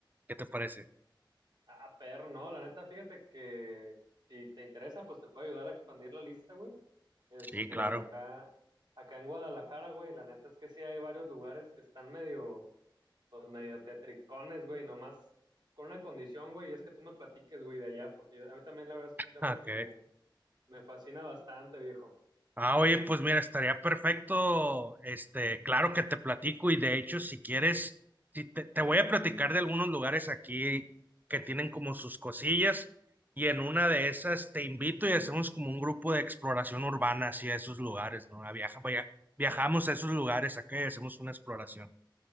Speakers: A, on the right; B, on the right.
A: ¿Qué te parece?
B: Ah, perro, no, la neta, fíjate que si te interesa, pues te puedo ayudar a expandir la lista, güey. Este,
A: Sí, claro.
B: acá, acá en Guadalajara, güey, la neta es que sí hay varios lugares que están medio, pues medio tetricones, güey, nomás con una condición, güey, y es que tú me platiques, güey, de allá, porque yo- a mí también la verdad es que es un tema
A: Ah, Ok.
B: que me, me fascina bastante, viejo.
A: Ah, oye, pues mira, estaría perfecto. Este, claro que te platico y de hecho, si quieres, si te, te voy a platicar de algunos lugares aquí que tienen como sus cosillas y en una de esas te invito y hacemos como un grupo de exploración urbana hacia esos lugares, ¿no? A viaja- vaya- viajamos a esos lugares acá y hacemos una exploración.